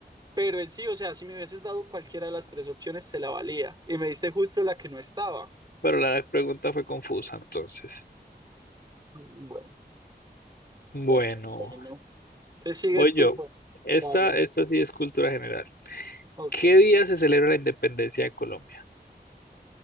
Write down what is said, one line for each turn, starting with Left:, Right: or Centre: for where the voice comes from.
Right: pero en sí, o sea, si me hubieses dado cualquiera de las tres opciones se la valía y me diste justo la que no estaba.
Left: Pero la pregunta fue confusa entonces.
Right: Mm, Bueno,
Left: Bueno.
Right: bueno, bueno. Entonces sigues
Left: Voy yo.
Right: tú. pues.
Left: Esta,
Right: Dale,
Left: esta sí es cultura general.
Right: ok.
Left: ¿Qué día se celebra la independencia de Colombia?